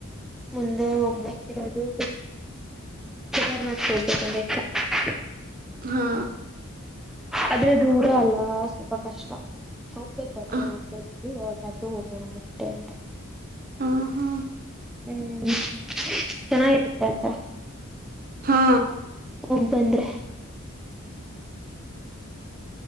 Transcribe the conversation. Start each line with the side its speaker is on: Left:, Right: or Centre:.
Centre: ಮುಂದೆ ಹೋಗ್ಬೇಕಿರೋದು. ಕೇದಾರನಾಥ್ ಹೋಗ್ಬೇಕ ಅಂತ. <unintelligible>
Right: ಹಾ
Centre: ಆದದ್ರೆ ದೂರ ಅಲ್ಲ ಸ್ವಲ್ಪ ಕಷ್ಟ ಹೋಗ್ಬೇಕು ಆದ್ರೆ
Right: ಹ
Centre: ಹೋಗ್ಬೇಕು. ಅದು ಹೋಗ್ಬೇಡ ಮಟ್ಟೆ ಅಂತ.
Right: ಹಾ ಹಾ
Centre: ಹ್ಮ್ ಚೆನ್ನಾಗಿರುತ್ತೆ ಅಂತ.
Right: ಹಾ.
Centre: ಹೋಗಿ ಬಂದ್ರೆ.